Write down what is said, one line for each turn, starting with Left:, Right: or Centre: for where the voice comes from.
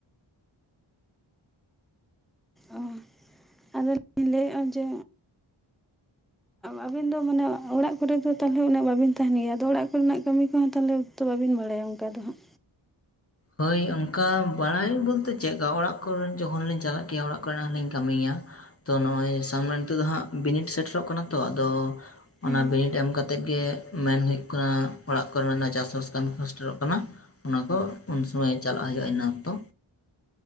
Centre: ᱚ ᱟᱫᱚᱞᱤᱧ ᱡᱮ ᱟᱹᱵᱤᱱ ᱫᱚ ᱢᱟᱱᱮ ᱚᱲᱟᱜ ᱠᱚᱨᱮ ᱫᱚ ᱛᱟᱦᱚᱞᱮ ᱩᱱᱟᱹᱜ ᱵᱟᱵᱤᱱ ᱛᱟᱦᱮᱱ ᱜᱮᱭᱟ ᱟᱫᱚ ᱚᱲᱟᱜ ᱠᱚᱨᱮᱱᱟᱜ ᱠᱟᱹᱢᱤ ᱠᱚᱦᱚᱸ ᱛᱟᱦᱞᱮ ᱛᱚ ᱵᱟᱹᱵᱤᱱ ᱵᱟᱲᱟᱭᱟ ᱚᱱᱠᱟ ᱫᱚ ᱦᱟᱸᱜ
Left: ᱦᱳᱭ ᱚᱱᱠᱟ ᱵᱟᱲᱟᱭ ᱵᱚᱞᱛᱮ ᱪᱮᱫ ᱚᱲᱟᱜ ᱠᱚᱨᱮ ᱡᱚᱠᱷᱚᱱ ᱞᱤᱧ ᱪᱟᱞᱟᱜ ᱜᱮᱭᱟ ᱚᱲᱟᱜ ᱠᱚᱨᱮᱱᱟᱜ ᱞᱤᱧ ᱠᱟᱹᱢᱤ ᱜᱮᱭᱟ ᱾ ᱛᱚ ᱱᱚᱜᱼᱚᱭ ᱥᱟᱢᱱᱮ ᱱᱤᱛᱳᱜ ᱫᱚ ᱦᱟᱸᱜ ᱵᱤᱱᱤᱰ ᱥᱮᱴᱮᱨᱚᱜ ᱠᱟᱱᱟ ᱛᱚ ᱟᱫᱚ
Centre: ᱦᱮᱸ
Left: ᱚᱱᱟ ᱵᱤᱱᱤᱰ ᱮᱢ ᱠᱟᱛᱮᱫ ᱜᱮ ᱢᱮᱱ ᱦᱩᱭᱩᱜ ᱠᱟᱱᱟ ᱚᱲᱟᱜ ᱠᱚᱨᱮ ᱪᱟᱥᱵᱟᱥ ᱠᱟᱹᱢᱤ ᱠᱚ ᱥᱮᱥᱴᱮᱨᱚᱜ ᱠᱟᱱᱟ ᱚᱱᱟ ᱠᱚ ᱩᱱ ᱥᱚᱢᱟᱭ ᱪᱟᱞᱟᱜ ᱦᱩᱭᱩᱜᱼᱟ ᱤᱱᱟ ᱚᱠᱛᱚ